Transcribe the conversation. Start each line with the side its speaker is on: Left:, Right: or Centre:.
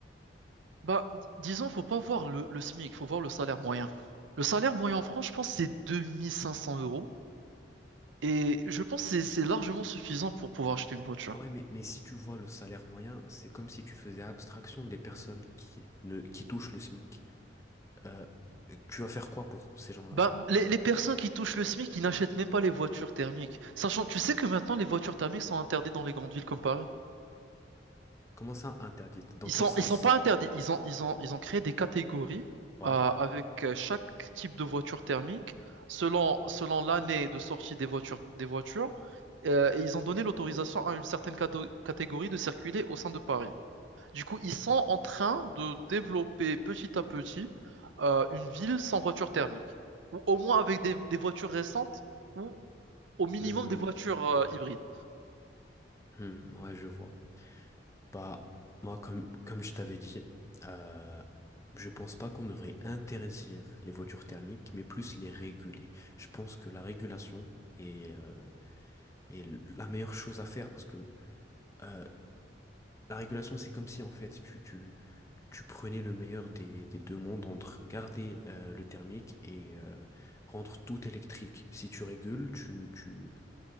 Right: bah, d- disons, faut pas voir le, le SMIC, faut voir le salaire moyen. Le salaire moyen en France, je pense, c'est 2500 euros. Et je pense que c'est c'est largement suffisant pour pouvoir acheter une voiture.
Left: Ouais, mais, mais si tu vois le salaire moyen, c'est comme si tu faisais abstraction des personnes qui, ne, qui touchent le SMIC. Euh, tu vas faire quoi pour ces gens-là?
Right: Bah, les, les personnes qui touchent le SMIC, ils n'achètent même pas les voitures thermiques. Sachant, tu sais que maintenant les voitures thermiques sont interdites dans les grandes villes comme Paris.
Left: Comment ça interdite? Dans
Right: Ils
Left: quel
Right: sont,
Left: sens?
Right: ils sont pas interdits. Ils ont, ils ont, ils ont créé des catégories
Left: Ouais.
Right: euh, avec euh, chaque type de voiture thermique selon, selon l'année de sortie des voitures, des voitures. euh, et ils ont donné l'autorisation à une certaine cato- catégorie de circuler au sein de Paris. Du coup, ils sont en train de développer petit à petit euh, une ville sans voiture thermique, ou au moins avec des, des voitures récentes ou au minimum
Left: Hmm,
Right: des voitures euh, hybrides.
Left: hmm, ouais, je vois. Bah, moi, comme, comme je t'avais dit, euh, je pense pas qu'on devrait interdire les voitures thermiques, mais plus les réguler. Je pense que la régulation est, euh, est la meilleure chose à faire parce que euh, la régulation, c'est comme si en fait tu, tu, tu prenais le meilleur des, des deux mondes entre garder euh, le thermique et euh, rendre tout électrique. Si tu régules, tu, tu,